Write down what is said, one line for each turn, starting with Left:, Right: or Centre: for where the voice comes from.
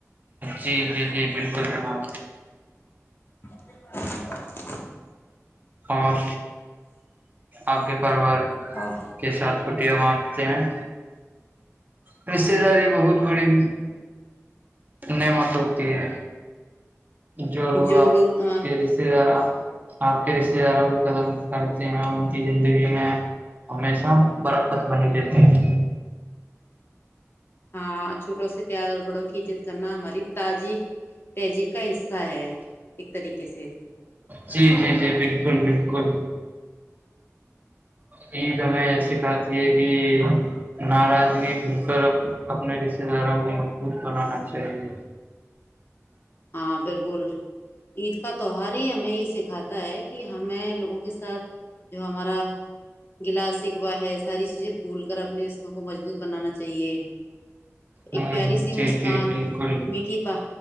Right: جی جی جی بالکل جناب
Left: <inaudible>
Right: اور آپ کے پریوار
Left: اور
Right: کے ساتھ کچھ باتتے ہیں رتے داری بہت بڑی نعمت ہوتی ہے جوور ہوگا
Left: جو لوگ
Right: تزے سے رہا آپ کے رشتے داروں کو ختم کرتے ہیں ان کی زندگی میں ہمیشہ برکت بنی دیتے ہیں
Left: ہاں چھوٹوں سے پیار اور بڑوں کی عزت کرنا ہماری تازی تہذیب کا حصہ ہے ایک طریقے سے
Right: جی جی جی بالکل بالکل ای ت میں کھتی ہے کہ ناراضگی مل کر اپنے رشتے داروں کو مضبوط بنانا چاہیے
Left: ہاں بالکل عید کا تہوار ہی ہمیں یہ سکھاتا ہے کہ ہمیں لوگوں کے ساتھ جو ہمارا گلا سکوا ہے ساری چیزیں بھول کر اپنے حوں کو مضبوط بنانا چاہیے ایک
Right: ہ
Left: پیاری سی
Right: جی
Left: مسکان
Right: جی بالکل
Left: میٹھی پا